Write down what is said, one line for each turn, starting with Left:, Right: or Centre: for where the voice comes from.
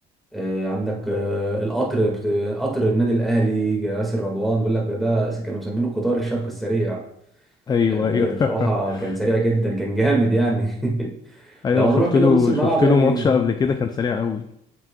Centre: آه، عندك آه، القطر بت... قطر النادي الاهلي ياسر رضوان بيقول لك ده كانوا مسمينه قطار الشرق السريع
Left: ايوه
Centre: آه،
Left: ايوه
Centre: بصراحه كان
Left: <laughs>
Centre: سريع جدا كان جامد يعني <laughs>
Left: ايوه
Centre: لو
Left: شفت
Centre: هنروح كده
Left: له
Centre: لنص الملعب
Left: شفت
Centre: يعني
Left: له ماتش قبل كده كان سريع قوي